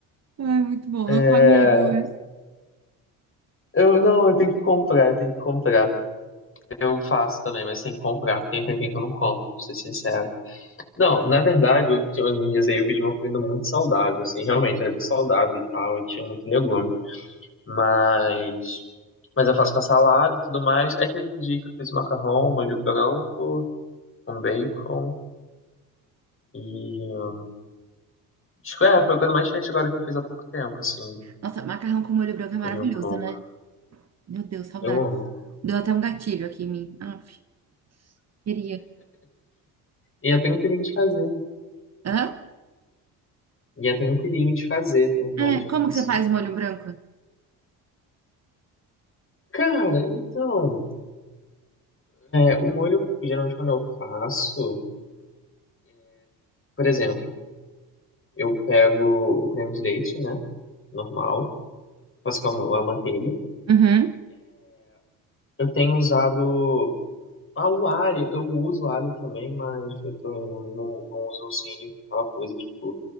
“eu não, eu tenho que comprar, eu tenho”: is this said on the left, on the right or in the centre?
Left